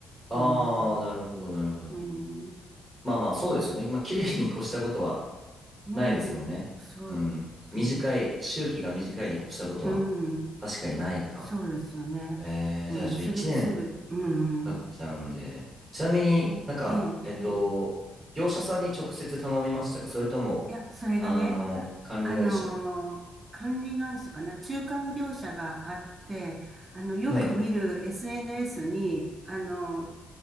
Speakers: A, in the centre; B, on the right.
A: ああ、
B: うん、
A: なるほど、なるほど。
B: うん、
A: まあまあ、そうですよね。まあ、綺麗に越したことは
B: うん、
A: ないですもんね。
B: そう、
A: うん。
B: そ
A: 短い、周期が短いに越したことは
B: う、うん、
A: 確かにないか。
B: そうですよね。
A: えー、
B: うん、
A: じゃあ、ちょ、
B: する、
A: 1年
B: する、うん、
A: 経っちゃうんで。ちなみになんか、
B: ねえ、ええ、
A: えっと、
B: ええ。
A: 業者さんに直接頼みましたかそれとも、
B: いや、それがね、
A: あの、管理会社とか。
B: あのー管理会社かな、中間業者があって、あの、よく見る
A: はい。
B: SNS に、あの